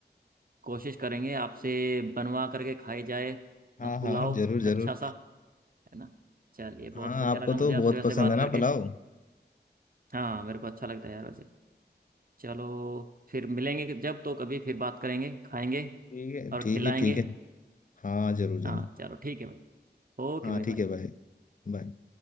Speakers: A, on the right; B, on the left.
A: कोशिश करेंगे आपसे बनवा करके खाई जाए
B: हाँ
A: अ, पुलाव
B: हाँ जरूर जरूर
A: अच्छा सा है ना चलिए बहुत
B: हाँ
A: बढ़िया
B: आपको
A: लगा
B: तो
A: मुझे
B: बहुत
A: आपसे वैसे
B: पसंद
A: बात
B: है
A: करके
B: ना पुलाव
A: हाँ मेरे को अच्छा लगता है यार वैसे चलो फिर मिलेंगे कि- जब तो कभी फिर बात करेंगे खाएंगे
B: ठीक है
A: और
B: ठीक
A: खिलाएंगे
B: है ठीक है हाँ जरूर जरूर
A: हाँ चलो ठीक है भाई ओके
B: हाँ
A: भाई
B: ठीक
A: बाय
B: है भाई बाय